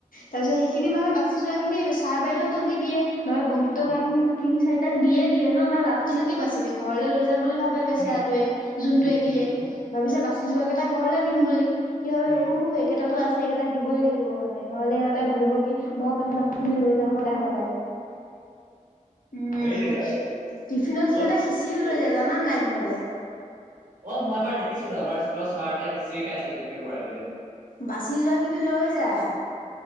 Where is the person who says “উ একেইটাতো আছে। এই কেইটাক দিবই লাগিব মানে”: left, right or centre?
Left